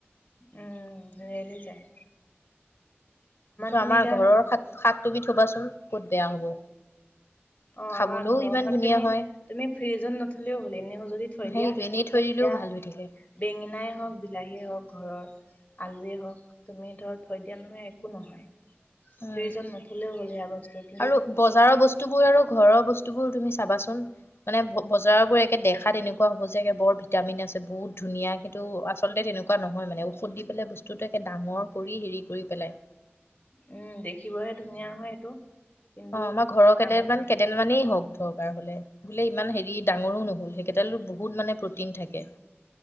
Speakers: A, on the left; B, on the left.
A: উম ললি যায় তুমি
B: আমাৰ
A: এতিয়া
B: ঘৰৰ শাকটোবি থবাচোন ক'ত বেয়া হ'ব
A: অ
B: খাবলৈও
A: আমাৰ ঘৰৰখন
B: ইমান ধুনীয়া
A: তুমি
B: হয়
A: তুমি ফ্ৰিজত নথলেও হলে এনে সজদি থৈ
B: সেইটো
A: দিয়া এতিয়া
B: এনেই থৈ দিলেও ভাল হৈ থাকে
A: বেঙেনাই হওক বিলাহীয়ে হওক ঘৰৰ আলুৱে হওক তুমি ধৰ থৈ দিয়া নহয় একো নহয়
B: উম
A: ফ্ৰিজত নথলেও হ'ল সেয়া বস্তু কিন্তু
B: আৰু বজাৰৰ বস্তুবোৰ আৰু ঘৰৰ বস্তু বোৰ তুমি চাবাচোন মানে বজাৰবোৰ একে দেখাত তেনেকুৱা হ'ব যে, বৰ ভিটামিন আছে বহুত ধুনীয়া কিন্তু আচলতে এনেকুৱা নহয় মানে ঔষধ দি পেলাই বস্তুতটো একে ডাঙৰ কৰি হেৰি কৰি পেলাই।
A: উম, দেখিবহে ধুনীয়া হয়, সেইটো। কিন্তু
B: অ', আমাৰ
A: তোমাৰ
B: ঘৰৰ কেড
A: কামত নাই
B: কেডাল মানেই হওঁক। দৰকাৰ হ'লে বোলে ইমান হেৰি ডাঙৰো ন'হল সেইকেইটালো বহুত মানে প্ৰটিন থাকে।